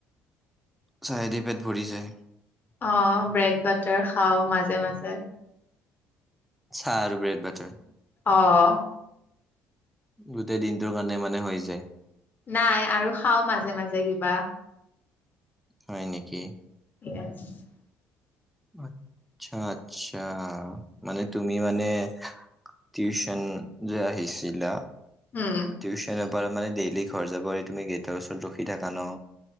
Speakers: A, in the centre; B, on the left.
A: চাহে দি পেট ভৰি যায়।
B: অ ব্ৰেড বাটাৰ খাও মাজে মাজে
A: চাহ আৰু ব্ৰেড বাটাৰ
B: অৱ
A: গোটেই দিনটোৰ কাৰণে মানে হৈ যায়।
B: নাই আৰু খাও মাজে মাজে কিবা।
A: হয় নেকি?
B: <unintelligible>
A: আচ্ছা আচ্ছা মানে তুমি মানে- টিউচন যে আহিছিলা
B: উম
A: টিউশ্যনৰ পৰা মানে ডেইলি ঘৰ যাবৰে তুমি গেটৰ ওচৰত ৰখি থাকা ন।